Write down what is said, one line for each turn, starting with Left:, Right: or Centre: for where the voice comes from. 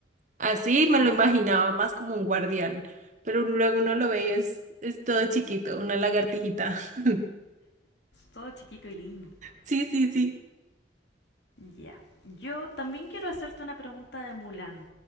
Right: Así me lo
Left: Ay,
Right: imaginaba
Left: sí.
Right: más como un guardián, pero luego uno lo ve y es, es todo chiquito, una lagartijita. <laughs>
Left: todo chiquito y lindo.
Right: Sí, sí, sí.
Left: Ya. Yo también quiero hacerte una pregunta de Mulan,